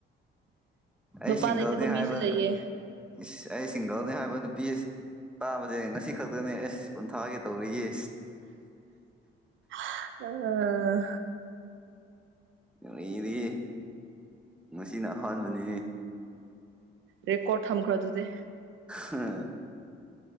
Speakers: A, in the centre; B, on the right (about 75°).
A: ꯑꯩ
B: ꯅꯨꯄꯥ
A: ꯁꯤꯡꯒꯜꯅꯤ
B: ꯂꯩꯇꯕ
A: ꯍꯥꯏꯕ
B: ꯃꯤꯁꯨ ꯂꯩꯌꯦ
A: ꯏꯁ ꯑꯩ ꯁꯤꯡꯒꯜꯅꯦ ꯍꯥꯏꯕ ꯅꯨꯄꯤ ꯇꯥꯕꯁꯦ ꯉꯁꯤ ꯈꯛꯇꯅꯦ ꯑꯁ ꯀꯟꯊꯥꯒꯦ ꯇꯧꯔꯤꯌꯦ
B: <unintelligible> ꯎꯝ
A: ꯉꯗꯤ ꯉꯁꯤꯅ ꯑꯍꯥꯟꯕꯅꯤ
B: ꯔꯦꯀ꯭ꯔꫭꯠ ꯊꯝꯈ꯭ꯔꯣ ꯑꯗꯨꯗꯤ꯫
A: ꯎꯝ